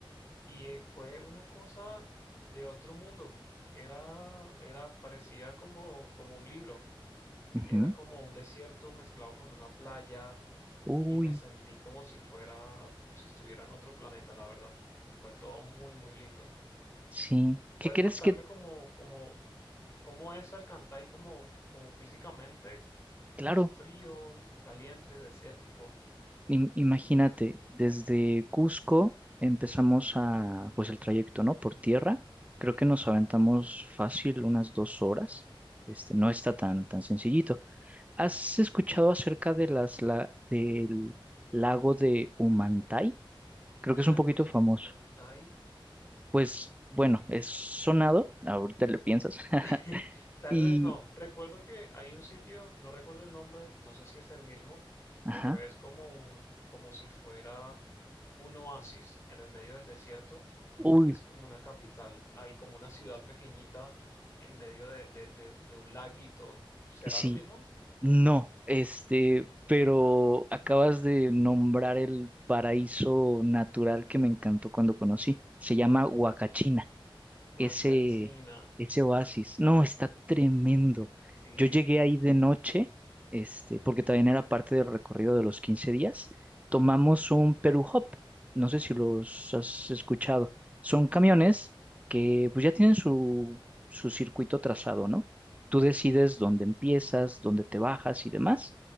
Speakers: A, on the left; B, on the right.
A: y eh, fue una cosa de otro mundo. Era, era, parecía como, como un libro. e,
B: ujú.
A: Era como un desierto mezclado con una playa
B: Uy,
A: y me sentí como si fuera, como si estuviera en otro planeta, la verdad. Fue todo muy, muy lindo.
B: sí.
A: ¿Puedes
B: ¿Qué crees
A: contarme
B: que?
A: cómo, cómo, cómo es Alcantay, como como físicamente?
B: Claro.
A: ¿Es frío, caliente, desértico?
B: im- imagínate, desde Cusco empezamos a, pues el trayecto, ¿no? Por tierra. Creo que nos aventamos fácil unas dos horas. Este, no está tan, tan sencillito. ¿Has escuchado acerca de las, la, del lago de Humantay? Creo
A: Lagos
B: que es un poquito
A: de
B: famoso.
A: Humantay.
B: Pues bueno,
A: Mm,
B: es sonado, ahorita le piensas. <laughs>
A: <laughs> Tal
B: Y,
A: vez no. Recuerdo que hay un sitio, no recuerdo el nombre, no sé si es el mismo, pero
B: ajá,
A: es como un, como si fuera un oasis en el medio del desierto
B: uy,
A: y es como una capital. Hay como una ciudad pequeñita en medio de, de, de de un laguito. ¿Será
B: sí,
A: lo mismo?
B: No, este, pero acabas de nombrar el paraíso natural que me encantó cuando conocí. Se llama Huacachina
A: Huacachina,
B: ese, ese oasis. No, está tremendo.
A: sí,
B: Yo llegué ahí de noche, este, porque también era parte del recorrido de los 15 días. Tomamos un Perú Hop, no sé si los has escuchado. Son camiones que pues ya tienen su, su circuito trazado, ¿no? Tú decides dónde empiezas, dónde te bajas y demás,